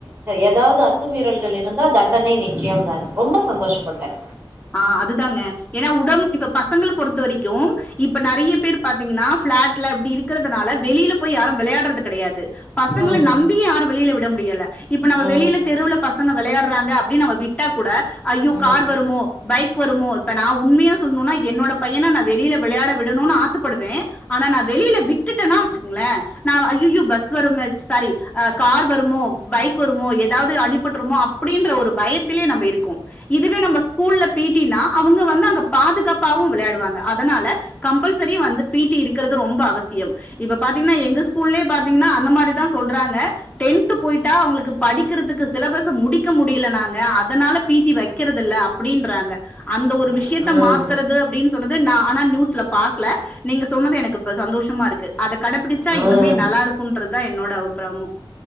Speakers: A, on the right (about 20°); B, on the left (about 15°).
A: ஏதாவது அத்துமீறல்கள் இருந்தா தண்டனை நிச்சயம்னாரு ரொம்ப சந்தோஷப்பட்டேன்
B: ஆ அதுதாங்க ஏன்னா உடம்ப இப்ப பசங்க பொறுத்த வரைக்கு இப்ப நெறய பேர் பாத்தீங்கனா பிளாட்ல இப்டி இருக்குறதுனால வெளில போய் யாரு வெளயாடுறது கெடயாது பசங்கள
A: ம்
B: நம்பியு யாரையு வெளில விட முடியல இப்ப நம்ம
A: ம்
B: வெளில தெருவுல பசங்க விளயாடுறாங்க அப்டினு நம்ம விட்டு கூட ஐயோ
A: ம்
B: கார் வருமோ பைக்கு வருமோ இப்ப நா உண்மையா சொல்லுன்னா என்னோட பையன ந வெளியில விளையாட விடணும்னு ஆசைப்படுவே ஆனா நா வெளியில விட்டுட்டேன்னா வச்சுக்கோங்கள நா ஐய்ஐய்யோ பஸ் வரு சாரி கார் வருமோ பைக் வருமோ ஏதாவது அடிபட்டுருமோ அப்பிடின்ற ஒரு பயத்திலே நம்ப இருக்கோ இதுவே நம்ம ஸ்கூல்ல பீட்டினா அவுங்க வந்து அங்க பாதுகாப் ப்பாவு விளையாடுவாங்க அதனால கம்பல்சரி வந்து பீட்டி இருக்கிறது ரொம்ப அவசியம் இப்ப பாத்தீங்கன்னா எங்க ஸ்கூல்லே பாத்தீங்கன்னா அந்த மாரிதா சொல்றாங்க டென்த் போயிட்டா அவுங்களுக்கு படிக்கிறதுக்கு சிலபஸ் முடிக்க முடியல நாங்க அதனால பீட்டி வைக்கிறது இல்ல அப்பிடின்ற றாங்க அந் அந்த ஒரு விஷயத்த
A: ம்
B: மாத்துறது அப்பிடின்னு சொன்னது நா ஆனா நியூஸ்ல பாக்கல நீங்க சொன்னது எனக்கு இப்ப சந்தோஷமா இருக்கு அத கடைபிடிச்சா
A: ம்
B: இன்னுமே
A: ம்
B: நல்லா இருக்குன்றதா என்னோட அவுட் பிரமு